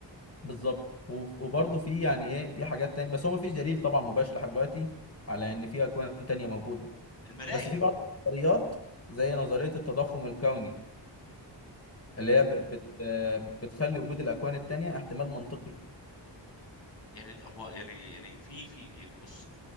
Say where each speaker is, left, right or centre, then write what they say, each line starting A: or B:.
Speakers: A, on the left; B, on the left.
A: بالظبط و- وبرضه في يعني إيه في حاجات تانية بس هو مفيش دليل طبعا مباشر لحد دلوقتي على إن في أكوان تانية موجودة
B: المراية
A: بس في بعض النظريات زي نظرية التضخم الكوني اللي هي ب- بت آه، بتخلي وجود الأكوان التانية احتمال منطقي
B: يعني ده هو يعني يعني في في يعني بص